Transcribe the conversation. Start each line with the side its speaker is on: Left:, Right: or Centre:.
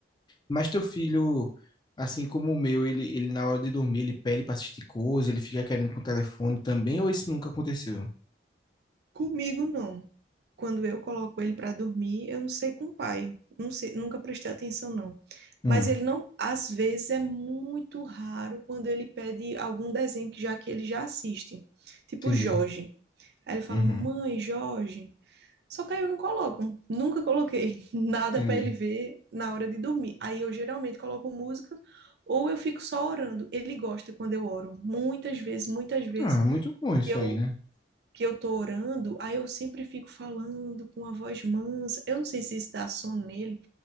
Left: Mas teu filho, assim como o meu, ele, ele na hora de dormir, ele pede pra assistir coisa, ele fica querendo com o telefone também, ou isso nunca aconteceu?
Right: Comigo não. Quando eu coloco ele para dormir, eu não sei com o pai. Não sei, nunca prestei atenção, não.
Left: Hum,
Right: mas ele não, às vezes é muito raro quando ele pede algum desenho que já que ele já assiste, tipo
Left: entendi.
Right: Jorge. Aí ele fala:
Left: Uhum,
Right: "Mamãe, Jorge". Só que aí eu não coloco, nunca coloquei <laughs> nada
Left: entendi.
Right: para ele ver na hora de dormir. Aí eu geralmente coloco música ou eu fico só orando. Ele gosta quando eu oro. Muitas vezes, muitas vezes
Left: Ah, muito bom isso
Right: que eu
Left: aí, né?
Right: que eu tô orando, aí eu sempre fico falando com a voz mansa. Eu não sei se isso dá sono nele